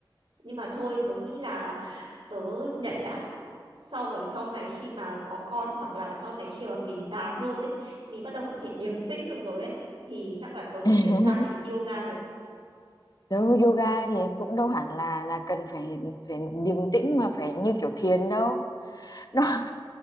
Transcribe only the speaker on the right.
nhưng mà thôi tớ nghĩ là tớ nhảy đã sau rồi sau này khi mà có con hoặc là sau này khi mà mình già hơn ấy mình bắt đầu có thể điềm tĩnh được rồi ấy thì chắc là tớ mới
chuyển sang hành yoga được